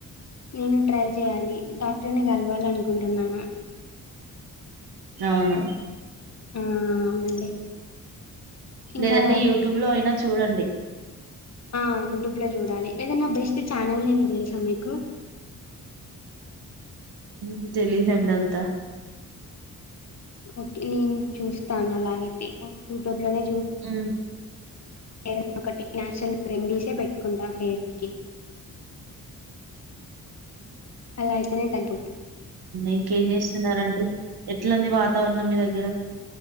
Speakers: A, on the left; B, on the right.
A: నేను ట్రై చెయాలి డాక్టర్ ని కల కలవలనుకుంటున్నాను
B: అవున
A: ఆ అవునండి. ఇంకా
B: లేదంటే యూట్యూబ్ లో అయినా చూడండి
A: ఆ యూట్యూబ్ లో చూడాలి ఏదైనా బెస్ట్ ఛానల్ ఏ సా మీకు
B: ఉ తెలిదండి అంతా
A: ఓకే నేను చూస్తాను అలా అయితే యూట్యూబ్ లోనే
B: ఉమ్
A: ఏదైనా ఒకటి నాచురల్ రెమెడీసే పెట్టుకుంటా హెయిర్ కి అలా అయితేనే తగ్గ
B: ఇంకేం చేస్తున్నారంటడి ఎట్లాంది వాతావరణం మీ ద గ్గ రా